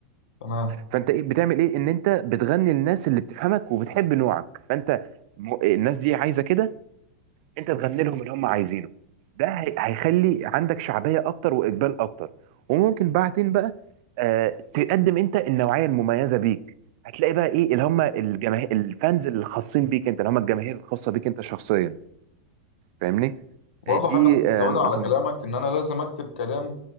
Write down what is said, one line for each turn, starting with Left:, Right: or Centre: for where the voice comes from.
Left: تمام
Right: فانت ايه بتعمل ايه ان انت بتغني للناس اللي بتفهمك وبتحب نوعك فانت م- الناس دي عايزه كده انت تغني لهم اللي هم عايزينه ده هي- هيخلي عندك شعبيه اكتر واقبال اكتر وممكن بعدين بقى آه، تقدم انت النوعيه المميزه بيك هتلاقي بقى ايه اللي هم الجماهير الفانز اللي خاصين بيك انت اللي هم الجماهير الخاصه بيك انت شخصيا فاهمني
Left: برضه
Right: آه، دي
Left: حاجة ممكن
Right: آه،
Left: أزودها
Right: نقطه
Left: على كلامك
Right: مهمه
Left: إن أنا لازم أكتب كلام